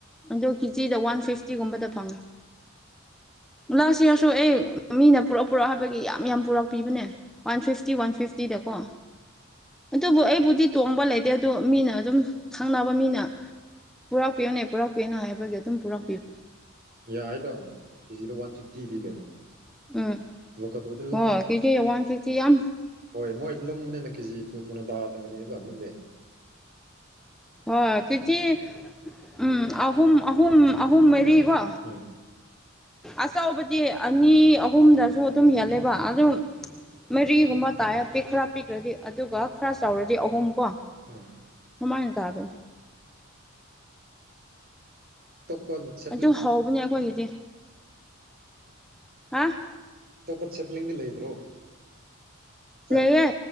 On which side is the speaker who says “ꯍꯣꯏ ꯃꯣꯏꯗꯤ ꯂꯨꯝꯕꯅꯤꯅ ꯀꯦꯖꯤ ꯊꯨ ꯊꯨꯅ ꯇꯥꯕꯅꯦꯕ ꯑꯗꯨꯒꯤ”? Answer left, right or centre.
Right